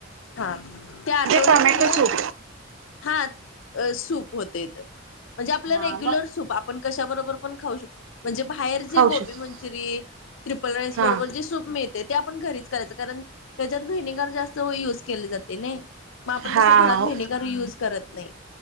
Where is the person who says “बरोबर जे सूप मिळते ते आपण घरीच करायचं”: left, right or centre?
Left